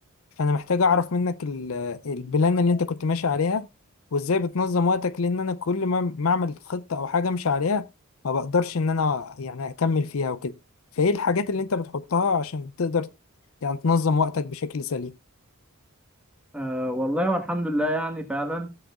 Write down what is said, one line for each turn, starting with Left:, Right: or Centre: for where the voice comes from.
Left: فانا محتاج اعرف منك ال... البلان اللي انت كنت ماشي عليها وازاي بتنظم وقتك لان انا كل ما ما اعمل خطة او حاجة امشي عليها ما بقدرش ان انا يعني اكمل فيها وكده فايه الحاجات اللي انت بتحطها عشان تقدر يعني تنظم وقتك بشكل سليم
Centre: أه والله والحمد لله يعني فعلا